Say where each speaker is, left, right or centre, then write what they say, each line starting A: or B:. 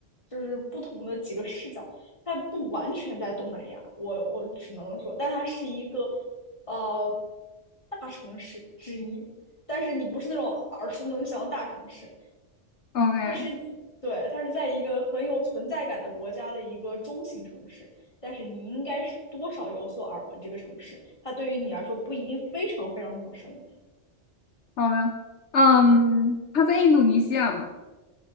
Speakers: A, on the left; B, on the left.
A: 就是不同的几个视角，它不完全在东南亚，我我只能说，但它是一个呃大城市之一，但是你不是那种耳熟能详的大城市，
B: ？OK，
A: 它是自对，它是在一个很有存在感的国家的一个中型城市，但是你应该是多少有所耳闻这个城市，它对于你来说不一定非常非常陌生。
B: 好的。嗯，他在印度尼西亚吗